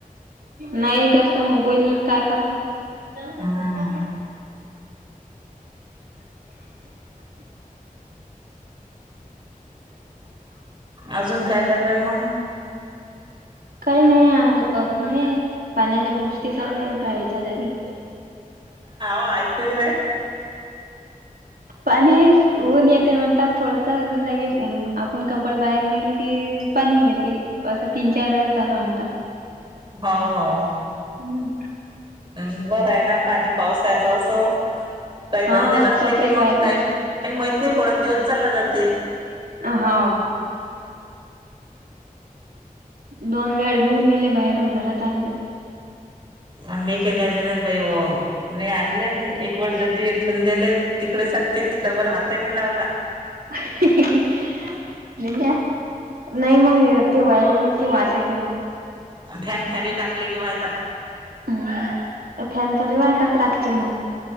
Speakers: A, on the right (about 90°); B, on the right (about 35°).
A: नाही जास्त मोबाईल काय करत तर
B: हम्म.
A: <unintelligible>
B: अजून काय चालूय म
A: काही नाही अजून हे पाण्याच्या गोष्टी चालूत बाहेच्या तरी. <inaudible>
B: हो ऐकू रा
A: पाणी ऊन येते म्हणतात थोडस लाईट आपण कपडे बाहेर नेले कि पाणी येते असं तीन चार वेळ झाला म्हनता. <unintelligible>
B: हा हा.
A: हम्म.
B: हम् बरं आहे ना पाणी पावसाच असो काही
A: हा
B: धंदे नसले
A: कपडे
B: की
A: वाईट
B: मग टाईम
A: नाही
B: काही माहित नाही पडत दिवस चालला जाते.
A: अ हा. <unintelligible> दोन वेळ मी नेले बाहेरून घरात आणले.
B: आम्ही चे नेले नाही ताई ओ मी आणले एक व ज इठून दिले तिकडेच तेच डबल हाताहीने लावला.
A: नाही मग ते वयलेने कि वास येते मग.
B: फॅन खाली टाकले की वळता.
A: हम्म फॅन खाली टाकायचे वळतात मग.